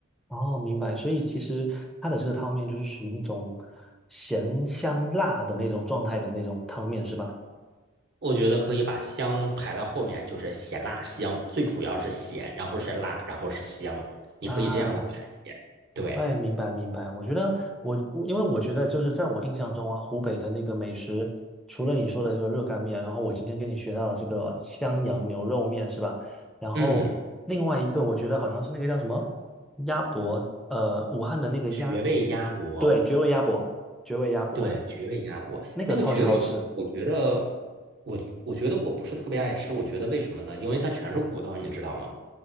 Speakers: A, in the centre; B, on the right.
A: 哦，明白。所以其实它的这个汤面就是属于那种咸香辣的那种状态的那种汤面，是吧？
B: 我觉得可以把香排到后面，就是咸辣香，最主要是咸，然后是辣，然后是香，你可以这样的排列。
A: 啊，
B: 对，
A: 哎，明白明白。我觉得我，我因为我觉得就是在我印象中啊，湖北的那个美食，除了你说的这个热干面，然后我今天跟你学到了这个襄阳牛肉面，是吧？然后另外一个我觉得好像是那个叫什么鸭脖，
B: 嗯，
A: 呃，武汉的那个鸭，
B: 绝味鸭脖。
A: 对，绝味鸭脖，绝味鸭脖，
B: 对，绝味鸭脖，
A: 那个超级好吃。
B: 那个绝味鸭脖，我觉得我我觉得我不是特别爱吃，我觉得为什么呢？因为它全是骨头，你知道吗？